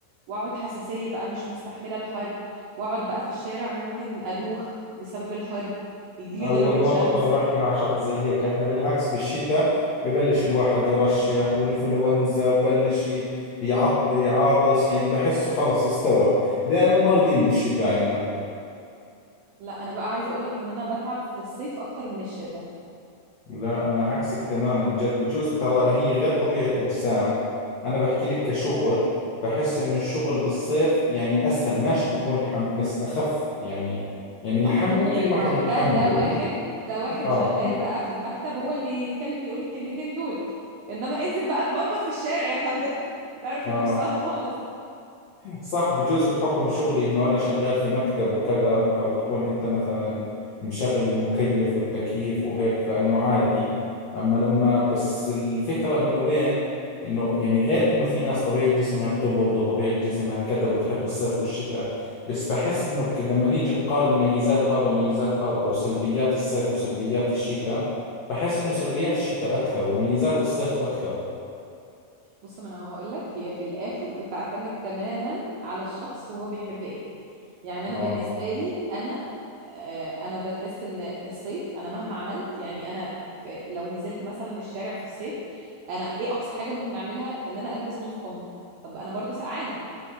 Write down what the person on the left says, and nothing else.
اول
مره
ترى بحكي مع شخص زي هيك احنا بالعكس بالشتاء ببلش الواحد يرشح والانفلونزا وبلش ي- يعطي عاطس يعني بحسه خلص استوى دائما مرضين بالشتاء عنا
لا انا عكسك تماما جد بجوز ترى هي غير طبيعه اجسام انا بحكي لك كشغل بحس انه الشغل بالصيف يعني اسهل ماشي بكون حم بس اخف يعني يعني الحم
ممكن الواحد
يتحمله
اه
اه
صح بجوز بحكم شغلي انه انا شغال في مكتب وكذا فبتكون انت مثلا مشغل المكيف والتكييف وهيك فانه عادي اما لما بس الفكرة انه وين انه يعني غير انه في ناس طبيعة جسمها بتبرد وطبيعة جسمها كذا وبتحب الصيف والشتاء بس بحس انه ك- لما نيجي نقارن ميزات هذا وميزات هذا او سلبيات الصيف وسلبيات الشتاء بحس انه سلبيات الشتاء اكثر وميزات الصيف اكثر
اه,